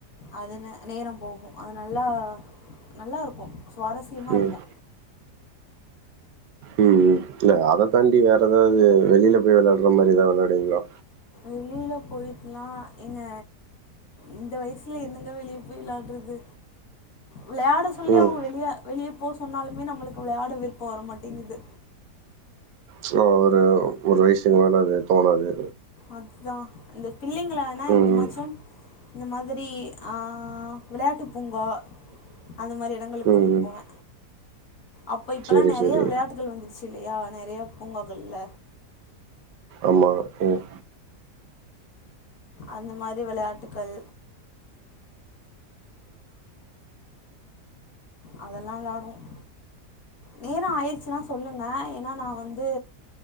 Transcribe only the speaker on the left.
அது ந நேரம் போகு அது நல்லா நல்லா இருக்கு சுவாரஸ்யமா
இருக்கு
வெளியில போயட்டுலா ஏங்க இந்த வயசுல என்னங்க வெளிய போய் விளாடுறது விளையாட சொல்லி
அவங்க வெளிய வெளிய போக சொன்னாலுமே நம்மளுக்கு விளாட விருப்ப வரமாட்டேங்குது
அதுத்தா இந்த பிள்ளைங்களானா
எப்பமாச்சும்
இந்த மாதிரி ஆ விளையாட்டு பூங்கா அந்த மாரி எடங்களுக்கு
கூட்டிட்டு
போவே அப்போ இப்பல்லா
நிறைய
விளையாட்டுகள் வந்துருச்சு இல்லையா நெறைய பூங்காகள்ல
அந்த மாதிரி விளையாட்டுகள் அதெல்லா விளாடுவோம் நேரம் ஆயிடுச்சுன்னா சொல்லுங்க ஏனா நா வந்து